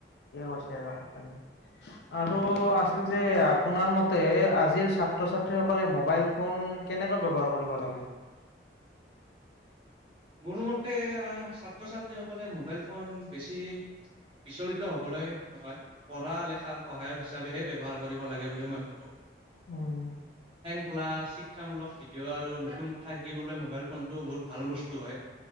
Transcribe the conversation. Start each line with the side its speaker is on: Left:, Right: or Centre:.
Left: ঠিকে কৈছে আৰু আপুনি।
Right: <inaudible>
Left: আৰু আছিল যে আপোনাৰ মতে আজিৰ ছাত্ৰ-ছাত্ৰীসকলে মোবাইল ফোন কেনে ব্যৱহাৰ কৰিব লাগে।
Right: <inaudible> মোৰ মতে অহ, ছাত্ৰ ছাত্ৰীসকলে মোবাইল ফোন বেছি বিচলিত হ'বলৈ নহয়। পঢ়া লেখাৰ সহায়ক হিচাপেহে ব্যৱহাৰ কৰিব লাগে বুলি মই ভাবোঁ।
Left: উম'।
Right: প্লাছ শিক্ষামূলক ভিডিঅ' আৰু নতুন কথা শিকিবলৈ মোবাইল ফোনটো বহুত ভাল বস্তু হয়।